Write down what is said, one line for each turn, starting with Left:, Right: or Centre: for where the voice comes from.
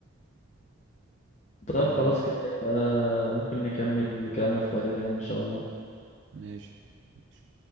Left: طب
Right: آه
Left: خلاص كده آه ممكن نكمل كلامنا في وقت تاني إن شاء الله
Right: ماشي ماشي.